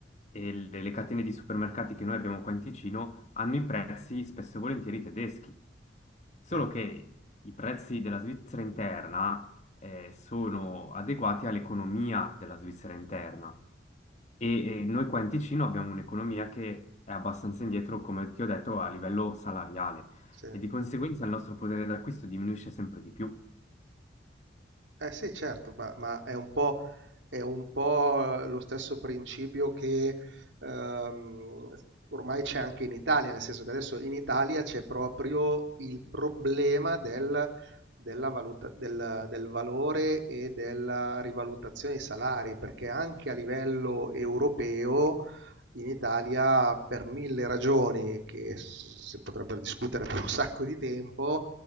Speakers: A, on the left; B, on the right.
A: e le, le catene di supermercati che noi abbiamo qua in Ticino hanno i prezzi spesso e volentieri tedeschi, solo
B: eh.
A: che i prezzi della Svizzera interna eh, sono adeguati all'economia della Svizzera interna. E, eh, noi qua in Ticino abbiamo un'economia che è abbastanza indietro, come ti ho detto, a livello salariale
B: Sì.
A: e di conseguenza il nostro potere d'acquisto diminuisce sempre di più.
B: Eh sì, certo, ma, ma è un po', è un po' lo stesso principio che ehm, ormai c'è anche in Italia, nel senso che adesso in Italia c'è proprio il problema del, della valuta, del, del valore e della rivalutazione dei salari, perché anche a livello europeo in Italia, per mille ragioni che s- si potrebbero discutere per un sacco di tempo,